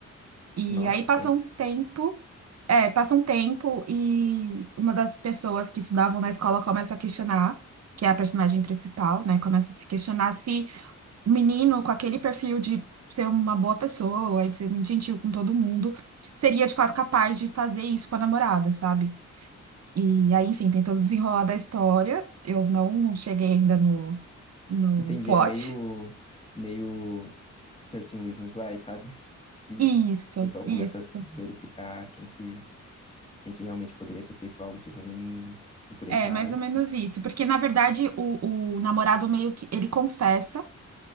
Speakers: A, on the right (about 60°); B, on the left (about 20°).
A: E
B: Nossa,
A: aí
B: que
A: passa
B: tenso.
A: um tempo, é, passa um tempo e uma das pessoas que estudavam na escola começa a questionar, que é a personagem principal, né? Começa a se questionar se o menino com aquele perfil de ser uma boa pessoa, de ser muito gentil com todo mundo, seria de fato capaz de fazer isso com a namorada, sabe? E aí, enfim, tem todo o desenrolar da história. Eu não cheguei ainda no, no
B: Entendi,
A: plot.
B: é meio, meio thirteen Reasons Why, sabe? <laughs> Que
A: Isso,
B: o pessoal
A: isso.
B: começa a verificar quem que, quem que realmente poderia ter feito algo de ruim e por
A: É,
B: aí vai.
A: mais ou menos isso. Porque, na verdade, o, o namorado meio que ele confessa,